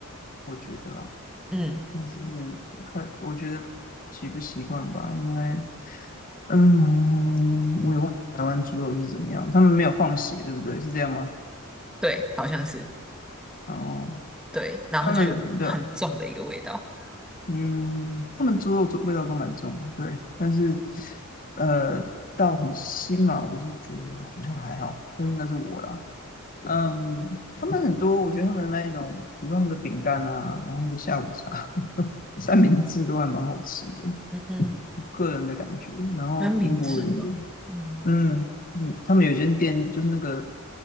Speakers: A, on the left (about 40°); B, in the centre.
A: 我觉得啊。
B: 嗯，
A: 但是看，我觉得习不习惯吧，因为，嗯，我也忘了台湾猪肉是怎么样，他们没有放血，对不对？是这样吗？
B: 对，好像是
A: 哦，
B: 对，然后就有很重的一个味道，
A: 他们的，嗯，他们猪肉味道都蛮重的，对，但是，呃，到很腥嘛，我是觉得好像还好，但是那是我啦。嗯，他们很多，我觉得他们那一种，比如说他们的饼干啊，然后他们的下午茶、<laughs> 三明治都还蛮好吃的。
B: 嗯嗯，
A: 个人的感觉。然后英国人，
B: 比较明智哦，嗯，
A: 嗯嗯，他们有一间店就是那个